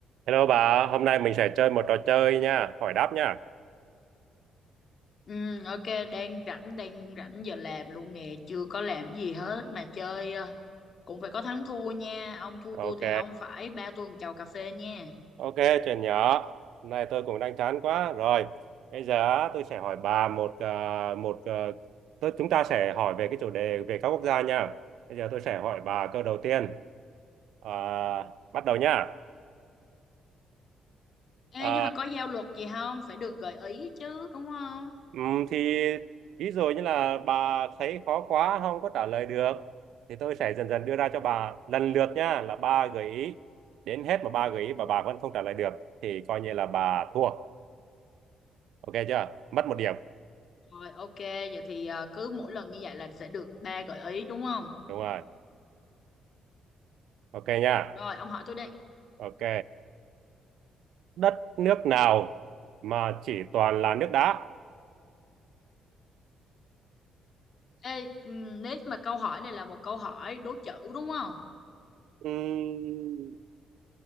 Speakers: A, on the right (about 80°); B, on the left (about 50°).
A: Hello bà, hôm nay mình sẽ chơi một trò chơi nha, hỏi đáp nha.
B: Ừ, ok đang rảnh đang rảnh giờ làm luôn nè chưa có làm gì hết mà chơi ờ, cũng phải có thắng thua nha ông thua
A: Ok,
B: tôi thì ông phải ba tôi một chầu cà phê nha
A: ok, chuyện nhỏ. Hôm nay tôi cũng đang chán quá. Rồi, bây giờ á, tôi sẽ hỏi bà một ờ, một ờ, tôi chúng ta sẽ hỏi về cái chủ đề về các quốc gia nha. Bây giờ tôi sẽ hỏi bà câu đầu tiên. À, bắt đầu nha.
B: Ê,
A: Ờ,
B: nhưng mà có giao luật gì không phải được gợi ý chứ đúng không
A: Ừm, thì ví dụ như là bà thấy khó quá không có trả lời được thì tôi sẽ dần dần đưa ra cho bà lần lượt nha là ba gợi ý đến hết mà ba gợi ý mà bà vẫn không trả lời được thì coi như là bà thua ok chưa mất một điểm
B: rồi ok vậy thì ờ, cứ mỗi lần như vậy là sẽ được ba gợi ý đúng không
A: đúng rồi ok nha
B: rồi ông hỏi tôi đây
A: ok đất nước nào mà chỉ toàn là nước đá
B: Ê, ừ, nếu mà câu hỏi này là một câu hỏi đố chữ đúng không
A: Ừm,